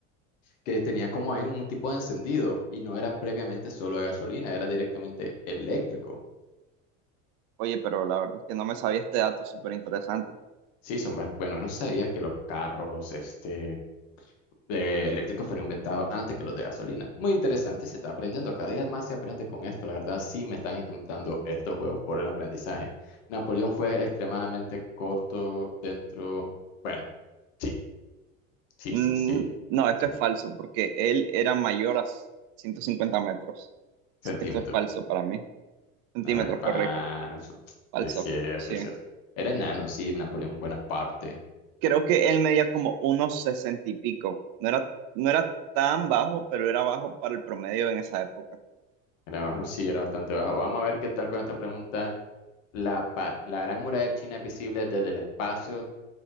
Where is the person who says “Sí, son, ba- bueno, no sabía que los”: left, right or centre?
Left